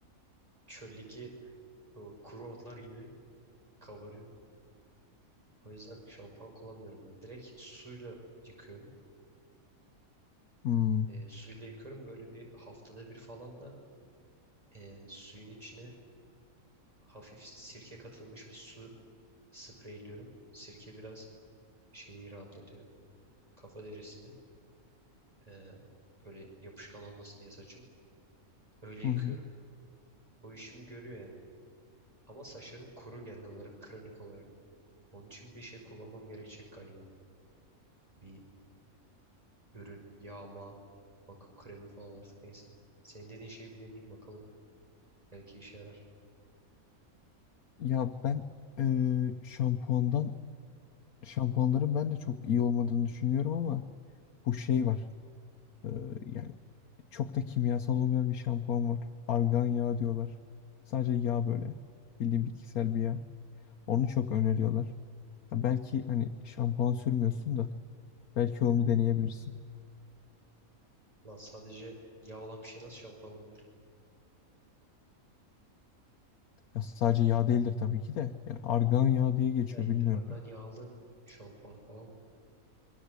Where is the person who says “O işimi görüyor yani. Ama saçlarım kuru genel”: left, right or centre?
Right